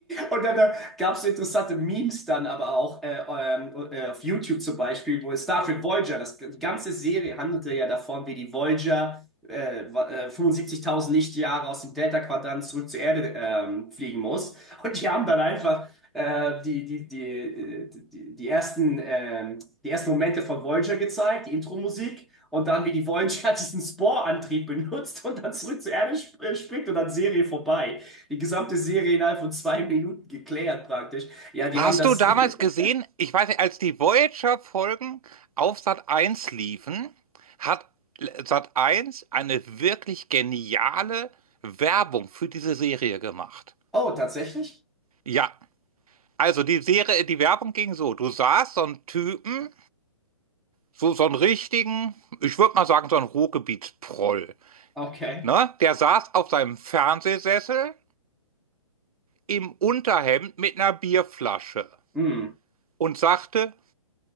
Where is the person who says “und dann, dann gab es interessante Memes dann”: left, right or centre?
Centre